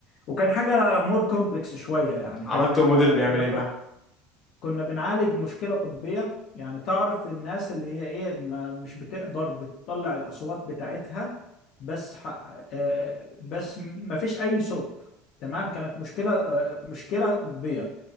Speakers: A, on the left; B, on the left.
A: وكان حاجه مور كومبلكس شويه يعني
B: عملته
A: كان
B: موديل
A: آه،
B: بيعمل
A: كنا
B: ايه
A: بنع-
B: بقى
A: كنا بنعالج مشكله طبيه يعني تعرف الناس اللي هي ايه ما- مش بتقدر بتطلع الاصوات بتاعتها بس ح- آه، بس ما فيش اي صوت تمام كانت مشكله آه، مشكله طبيه